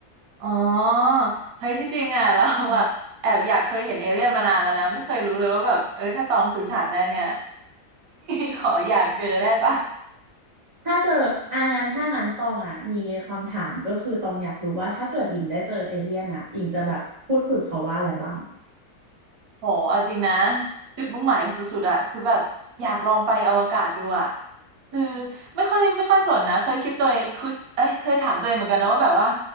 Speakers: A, on the right (about 70°); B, on the right (about 50°).
A: อ๋อเฮ้ยที่จริงอ่ะ <laughs> เราอ่ะแอบอยากเคยเห็นเอเลี่ยนมานานแล้วนะไม่เคยรู้เลยว่าแบบเอ้ถ้าตองสื่อสารได้เนี่ย
B: อ่า
A: <laughs> ขออยากเจอได้ปะ
B: ถ้าเจออ่างานถ้างานตองอ่ะมีคำถามก็คือตองอยากรู้ว่าถ้าเกิดหญิงได้เจอเอเลี่ยนอ่ะหญิงจะแบบพูดคุยกับเขาว่าอะไรบ้าง
A: โหเอาจริงนะจุดมุ่งหมายสุดๆอ่ะคือแบบอยากลองไปอวกาศดูอ่ะคือไม่ค่อยไม่ค่อยสนนะเคยคิดตัวเองคิดเอ้ยเคยถามตัวเองเหมือนกันนะว่าแบบว่า